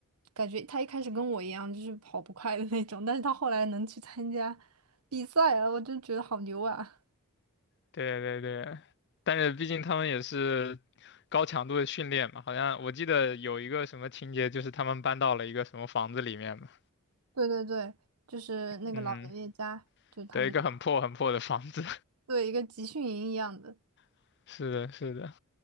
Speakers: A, on the right (about 85°); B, on the left (about 50°).
A: 感觉他一开始跟我一样就是跑不快的那种，但是他后来能去参加比赛了，我就觉得好牛啊！
B: 对对对，但是毕竟他们也是高强度的训练嘛，好像我记得有一个什么情节，就是他们搬到了一个什么房子里面嘛，
A: <laughs> 对对对，就是那个老爷爷家，
B: 嗯，
A: 就是他们
B: 对，一个很破很破的房子，
A: 对一个集训营一样的，
B: <laughs> 是的，是的。